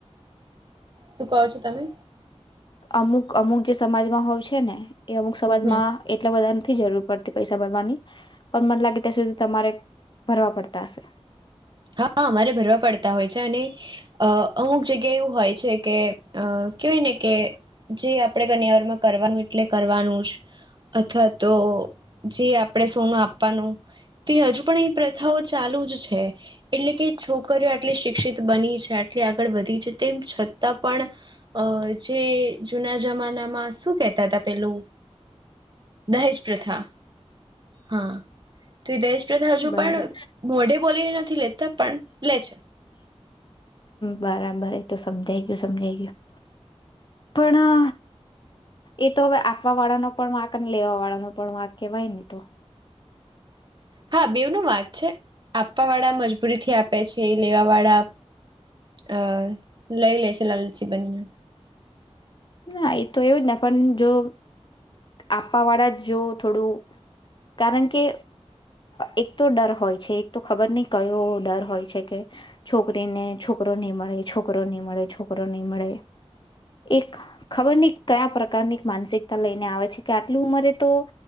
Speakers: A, on the right (about 40°); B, on the left (about 45°).
A: શું કહો છો તમે
B: અમુક અમુક જે સમાજમાં હોય છે ને એ અમુક સવાજમાં
A: હમ
B: એટલા બધા નથી જરૂર. પડતી પૈસા ભરવાની પણ મન લાગે ત્યાં સુધી તમારે ભરવા પડતા હશે.
A: હા અમારે ભરવા પડતા હોય છે અને અ અમુક જગ્યા એવું હોય છે કે અ કેવાય ને કે જે આપડે કન્યાવર માં કરવાનું એટલે કરવાનું જ અથવા તો જે આપડે સોનું આપવાનું તે હજુ પણ એ પ્રથાઓ ચાલુ જ છે. એટલે કે છોકરીઓ આટલી શિક્ષિત બની છે આટલી આગળ વધી છે તેમ છતાં પણ અ જે જુના જમાનામાં શું કેહેતા હતા પેલું. દહેજ પ્રથા. હા તું દેશ તેતો હજુ
B: બરાબર
A: પણ મોઢે બોલીને નથી લેતા પણ લે છે.
B: બરાબર એ તો સમજાઈ ગયું સમજાઈ ગયું પણ એતો હવે આપવા વાળા નો પણ વાક અને લેવા વાળા નો પણ વાક કેવાય ને તો.
A: હા બેવ ન વાક છે આપવા વાળા મજબૂરી થી આપે છે લેવા વાળા અ લઈ લે છે લાલચી બનીને.
B: ના એ તો એવું જ ના પણ જો આપવા વાળા જ જો થોડું કારણ કે એક તો ડર હોય છે એક તો ખબર ની કયો ડર હોય છે કે છોકરીને છોકરો નહી મળે છોકરો નહી મળે છોકરો નહી મળે એક ખબર નહી કા પ્રકારની માનસિકતા લઈને આવે છે કે આટલી ઉંમરે તો